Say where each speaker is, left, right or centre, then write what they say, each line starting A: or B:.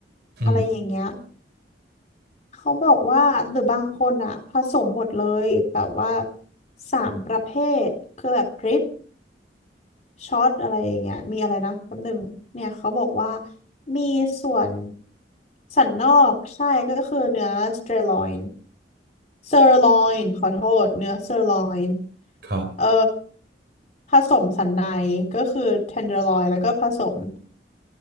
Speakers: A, on the right; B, on the left.
A: อืม
B: อะไรอย่างเงี้ย เขาบอกว่าหรือบางคนอ่ะผสมหมดเลยแบบว่าสามประเภทคือแบบดริปช็อตอะไรอย่างเงี้ยมีอะไรนะแป๊บหนึ่งเนี่ยเขาบอกว่ามีส่วนสันนอกใช่ก็คือเนื้อสเตอร์ลอยน์เซอร์ลอยน์ขอโทษเนื้อเซอร์ลอยน์
A: ครับ
B: เอ่อผสมสันในก็คือเทนเดอร์ลอยน์แล้วก็ผสม